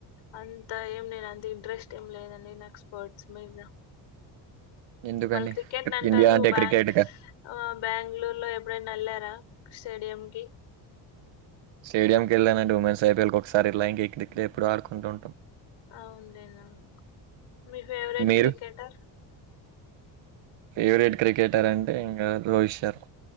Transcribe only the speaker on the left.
అంత ఏం నేను అంత ఇంట్రెస్ట్ ఏం లేదండి నాకు స్పోర్ట్స్ మీద.
మళ్ళి క్రికెట్ని అంటారు
బా
ఆ బ్యాంగళూర్లో ఎప్పుడైనా ఎళ్లారా స్టేడియంకి.
ఆవుండేనా, మీ ఫేవరెట్
క్రికెటర్.